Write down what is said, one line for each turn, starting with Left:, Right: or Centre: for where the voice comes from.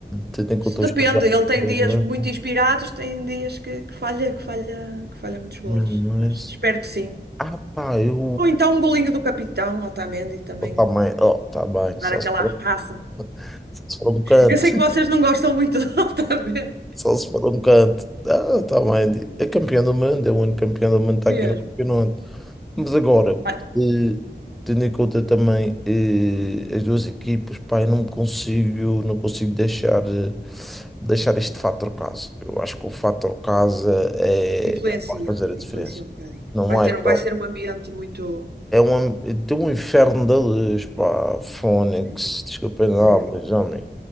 Centre: tendo em conta
Right: Se Depende,
Centre: os problemas,
Right: ele tem dias muito inspirados, tem dias que, que falha, que falha, que falha muitos golos,
Centre: hum, mas
Right: mas espero que sim.
Centre: ah pá, eu
Right: Ou então um golinho do capitão Otamendi também
Centre: oh, tá bem, oh, tá bem,
Right: dar
Centre: só
Right: aquela
Centre: se for,
Right: raça.
Centre: <laughs> só se for um canto,
Right: Eu sei que vocês não gostam muito do <laughs> Otamendi
Centre: só se for um canto, ah, tá bem, é campeão do mundo, é o único campeão do mundo que
Right: mesmo.
Centre: está aqui no campeonato. Mas agora,
Right: Ah,
Centre: eh, tendo em conta também eh, as duas equipas, pá, eu não me consigo, não consigo deixar, eh, deixar este fator casa. Eu acho que o fator casa
Right: Sim.
Centre: é,
Right: Influencia,
Centre: é o que vai fazer a diferença.
Right: influencia um bocadinho.
Centre: Não
Right: Vai
Centre: há
Right: ter,
Centre: hipótese.
Right: vai ser um ambiente muito.
Centre: É um, tem um inferno da luz, pá, Fónix,
Right: sim,
Centre: desculpem lá,
Right: mesmo.
Centre: mas homem,